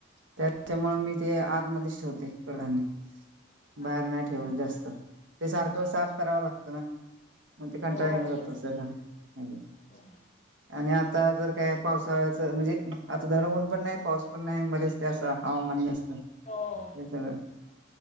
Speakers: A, on the right; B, on the left.
A: त्याच्यामुळ मी ते आत मध्येच ठेवते, कडधान्य.
B: हम्म.
A: बाहेर नाही ठेवत
B: हा.
A: जास्त. ते सारखं साफ
B: हम्म.
A: करावं लागतं ना. मग ते कंटाळ
B: हो
A: येऊन जातो
B: तेच ना.
A: <unintelligible> <unintelligible>
B: हम्म.
A: आणि आता जर काय पावसाळ्याच म्हणजे, आता धड ऊन पण नाही, पाऊस पण नाही. मध्येच ते अस हवामान हे असतं.
B: हो हो,
A: ते सगळं